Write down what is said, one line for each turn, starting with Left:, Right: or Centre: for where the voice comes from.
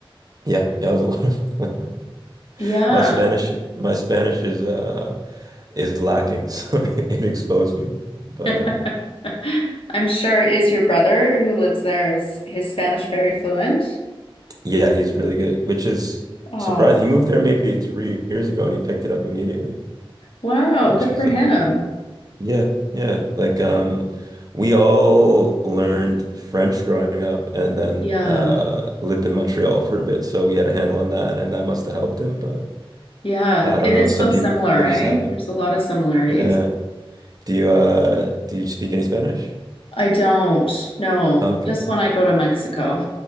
Right: Yeah, yeah, it was a lot of fun. <laughs>
Left: Yeah,
Right: My Spanish, my Spanish is uh, is lacking, so <laughs> it exposed me.
Left: <laughs>
Right: But um,
Left: I'm sure. Is your brother who lives there is his Spanish very fluent?
Right: Yeah, he's really good, which is
Left: Oh,
Right: surprising. He moved there maybe three years ago and he picked it up immediately,
Left: wow,
Right: which
Left: good
Right: is
Left: for him.
Right: uh, yeah, yeah. Like um we all learned French growing up and then
Left: Yeah.
Right: uh lived in Montreal for a bit, so we had a handle on that and that must have helped him, but
Left: Yeah,
Right: I
Left: it
Right: don't know.
Left: is
Right: Some
Left: so similar,
Right: people
Left: eh?
Right: just have it.
Left: There's a lot of similarities.
Right: Yeah. Do you uh do you speak any Spanish?
Left: I don't know,
Right: Oh, Okay.
Left: just when I go to Mexico,